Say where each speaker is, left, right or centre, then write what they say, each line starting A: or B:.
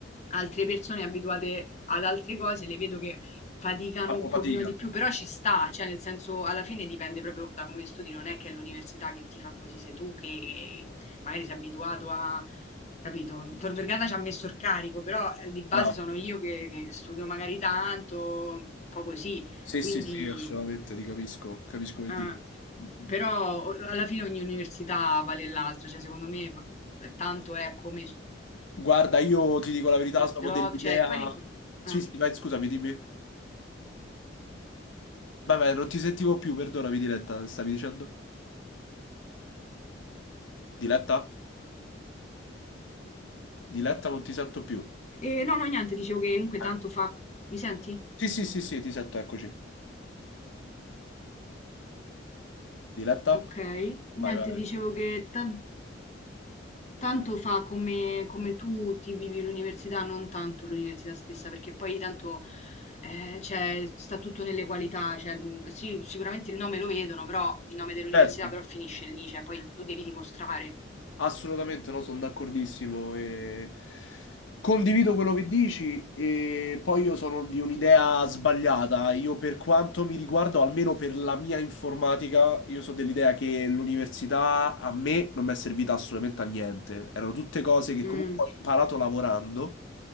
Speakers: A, on the left (about 35°); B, on the left (about 85°).
A: altre persone abituate ad altre cose le vedo che faticano
B: fanno
A: un pochino
B: fatica.
A: di più, però ci sta, cioè nel senso alla fine dipende proprio da come studi, non è che è l'università che ti fa così, sei tu che magari sei abituato a... Capito? Tor
B: Sì,
A: Vergata ci ha messo il carico, però eh, di base
B: bravo.
A: sono io che, che studio magari tanto, un po' così,
B: Sì,
A: quindi...
B: sì, sì, assolutamente, ti capisco, capisco che
A: Ah,
B: dici. Mm.
A: però o- alla fine ogni università vale l'altra, cioè secondo me v- tanto è come si
B: Guarda, io ti dico la verità, sono
A: trovi,
B: dell'idea...
A: cioè poi l'importante...
B: Sì, sì, vai, scusami, dimmi. Vabbè, non ti sentivo più, perdonami, Diletta, stavi dicendo? Diletta? Diletta, non ti sento più.
A: E no, no, niente, dicevo che comunque
B: Vai.
A: tanto fa... Mi senti?
B: Sì, sì, sì, sì, ti sento, eccoci. Diletta?
A: Ok, niente,
B: Vai, vai.
A: dicevo che tan- tanto fa come, come tu ti vivi l'università, non tanto l'università stessa, perché poi tanto eh, cioè, sta tutto nelle qualità, cioè, mh, sì, sicuramente il nome lo vedono, però il nome dell'università
B: Certo.
A: però finisce lì, cioè poi tu devi dimostrare.
B: Assolutamente no, sono d'accordissimo e condivido quello che dici e poi io sono di un'idea sbagliata. Io per quanto mi riguardo, almeno per la mia informatica, io sono dell'idea che l'università a me non mi è servita assolutamente a niente. Erano tutte cose che
A: Mm,
B: comunque ho imparato lavorando.